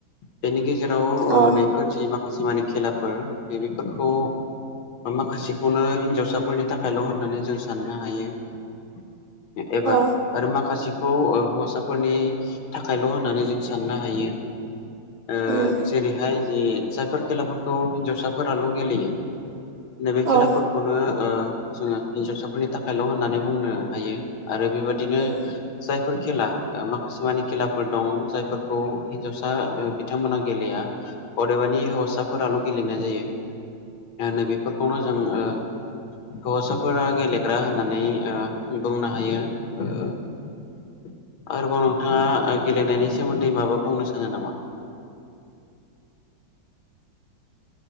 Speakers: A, on the left; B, on the right.
A: बेनि गेजेराव जेराव
B: औ
A: नैफोर जि मा माखासे मानिे खेलाफोर नैबेफोरखौ माखासेखौनो हिनजावसाफोरनि थाखायल' होननानै जों साननो हायो एबा
B: औ
A: आरो माखासे खौ हौवासाफोरनि थाखायल' होननानै जों साननो हायो। ओ
B: उम
A: जेरैहाय जि जायफोर खेलाफोरखौ हिनजावसाफोराल' गेलेयो‌। नैबे खलाफोर
B: औ
A: ओ जोङो हिनजावसाफोरनि थाखायल' होननानै बुंनो हायो आरो बेबायदिनो
B: उम
A: जाय बेफोर खेला माखासे मानि खेलाफोर दं जायफोरखौ हिन्जावसा बिथांमोना गेलेया । अदेबानि हिवावसाफोराल' गेलेनाय जायो। माहोनो बेफोरखौनो जों ओ
B: <inaudible>
A: हौवासाफोरा गेलेग्रा होननानै ओ बुंनो हायो । ओ आरोबाव नोंथाङा गेलेनायनि सोमोन्दै माबा बुंनो सानो नामा?
B: <inaudible>